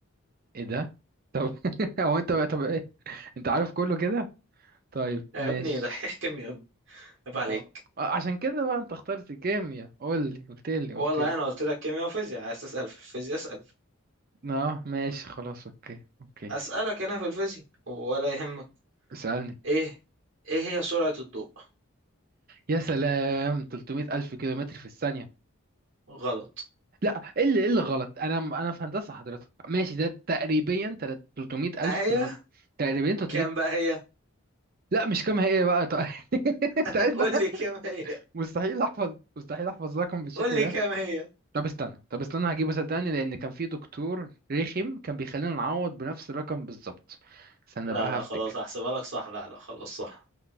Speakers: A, on the right; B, on the right.
A: ايه ده طب <laughs> هو انت بقى طب ايه انت عارف كله كده طيب
B: يا
A: ماشي
B: ابني دحيح كيمياء يا ابني عيب
A: اه
B: عليك
A: آه، عشان كده بقى انت اخترت كيمياء قول لي قلت لي قلت
B: والله انا قلت لك كيمياء وفيزياء عايز تسأل في الفيزياء اسأل
A: اه ماشي خلاص اوكي اوكي
B: اسألك انا في الفيزياء ولا يهمك
A: اسألني
B: ايه ايه هي سرعة الضوء
A: يا سلام 300 ألف كيلومتر في الثانية
B: غلط
A: لا ايه اللي ايه اللي غلط انا انا في هندسة حضرتك ماشي ده تقريبا تلات- 300 ألف
B: هي
A: كيلومتر تقريبا 300
B: كام بقى هي
A: لا مش كام هي إيه بقى طيب. <laughs>
B: <laughs>
A: انت عايز
B: قول
A: ده؟
B: لي كام هي
A: مستحيل احفظ مستحيل احفظ رقم بالشكل
B: قول لي
A: ده
B: كام هي
A: طب استنى طب استنى هجيبه صدقني لان كان في دكتور رخم كان بيخلينا نعوض بنفس الرقم بالظبط
B: <laughs>
A: استنى
B: لا
A: بقى
B: لا
A: هفتك
B: خلاص هحسبها لك صح لا لا خلاص صح